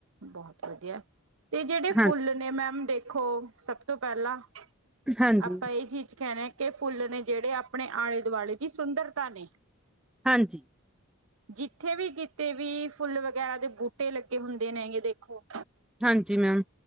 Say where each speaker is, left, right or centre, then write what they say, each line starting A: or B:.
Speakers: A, on the right; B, in the centre.
A: ਬਹੁਤ ਵਧੀਆ। ਤੇ ਜਿਹੜੇ
B: ਹਾਂ
A: ਫੁੱਲ ਤੇ ਮੈਮ ਦੇਖੋ ਸਭ ਤੋਂ ਪਹਿਲਾਂ
B: ਹਾਂਜੀ
A: ਆਪਾਂ ਇਹ ਚੀਜ਼ ਕਹਿਣਾ ਕੇ ਫੁੱਲ ਨੇ ਜਿਹੜੇ ਆਪਣੇ ਆਲੇ-ਦੁਆਲੇ ਦੀ ਸੁੰਦਰਤਾ ਨੇ।
B: ਹਾਂਜੀ।
A: ਜਿੱਥੇ ਵੀ ਤੇ ਵੀ ਫੁੱਲ ਵਗੈਰਾ ਦੇ ਬੂਟੇ ਲੱਗੇ ਹੁੰਦੇ ਨੇ ਯੇ ਦੇਖੋ।
B: ਹਾਂਜੀ, ਮੈਮ।